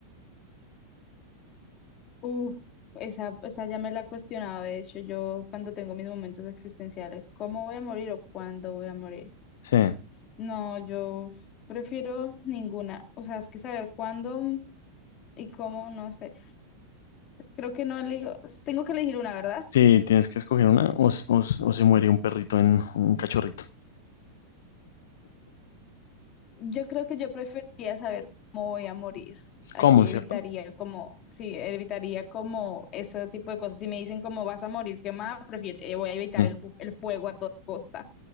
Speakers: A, on the left; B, on the left.
A: Uf, esa, esa ya me la he cuestionado, de hecho, yo cuando tengo mis momentos existenciales, ¿cómo voy a morir o cuándo voy a morir?
B: Sí,
A: No, yo prefiero ninguna. O sea, es que saber cuándo y cómo, no sé. Creo que no elijo. Tengo que elegir una, ¿verdad?
B: sí, tienes que escoger una o, s- o s- o se muere un perrito en un cachorrito.
A: Yo creo que yo preferiría saber cómo voy a morir. Así
B: ¿Cómo,
A: evitaría
B: cierto?
A: como, sí, evitaría como ese tipo de cosas. Si me dicen cómo vas a morir quemada, prefiero, eh, voy a evitar
B: Sí.
A: el, ju- el fuego a toda costa,